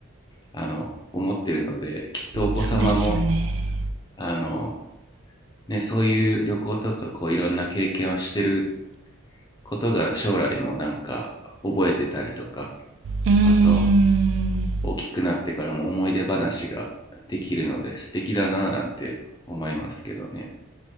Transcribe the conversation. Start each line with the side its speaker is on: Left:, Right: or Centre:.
Left: あの、思ってるので、きっとお子様も、
Right: そうですよね。
Left: あの、ね、そういう旅行とか、こう、いろんな経験をしてることが将来もなんか覚えてたりとか、
Right: うーん。
Left: あと、
Right: ね、
Left: 大きくなってからも思い出話ができるので、素敵だなぁなんて思いますけどね。